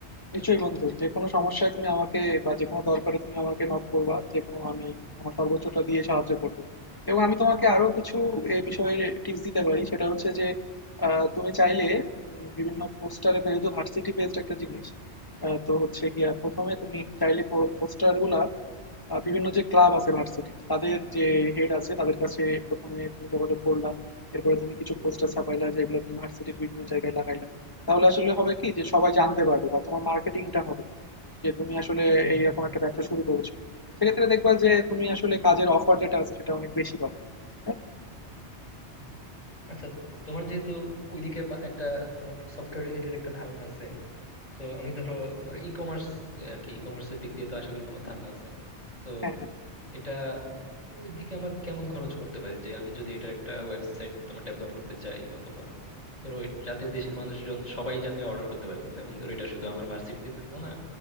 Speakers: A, on the left (about 20°); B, on the left (about 35°).
A: নিশ্চয়ই
B: নাকি
A: বন্ধু যে কোনো সমস্যায় তুমি আমাকে বা যে কোনো দরকারে তুমি আমাকে নক করবা যে কোনো আমি আমার সর্বোচ্চটা দিয়ে সাহায্য করব এবং আমি তোমাকে আরো কিছু
B: আচ্ছা
A: এই বিষয়ে টিপস দিতে পারি সেটা হচ্ছে যে আহ, তুমি চাইলে উম, বিভিন্ন পোস্টারে যেহেতু ভার্সিটি বেসড একটা জিনিস আহ, তো হচ্ছে গিয়া প্রথমে তুমি চাইলে পোস্টার গুলা আহ, বিভিন্ন যে ক্লাব আছে ভার্সিটি তাদের যে হেড আছে তাদের কাছে প্রথমে তুমি যোগাযোগ করলা এরপরে তুমি কিছু পোস্টার ছাপাইলা যেগুলো তুমি ভার্সিটির বিভিন্ন জায়গায় লাগাইলা তাহলে আসলে হবে কি যে সবাই জানতে পারবে বা তোমার মার্কেটিংটা হবে যে তুমি আসলে
B: হুম
A: এইরকম
B: হুম
A: একটা ব্যবসা শুরু করেছো সেক্ষেত্রে দেখবা যে তুমি আসলে
B: আচ্ছা
A: কাজের অফার যেটা আছে সেটা অনেক বেশি পাবে তাই না
B: হুম আচ্ছা তোমার যেহেতু ওইদিকে পা- একটা তোমার সফটওয়্যার রিলেটেড একটা ধারণা আছে তো আমি ধরো ই কমার্স আর কি ই কমার্সের দিক দিয়ে তো আশা করি তোমার ধারণা আছে তো
A: হ্যাঁ হ্যাঁ
B: এটা ওই দিকে আমার কেমন খরচ পড়তে পারে যে আমি যদি এটার একটা ওয়েবসাইট তোমার ডেভেলপ করতে চাই অথবা ধরো এ- যাতে দেশের মানুষজন সবাই যাতে অর্ডার করতে পারে যেমন ধরো এটা শুধু আমার ভার্সিটিতে থাকলো না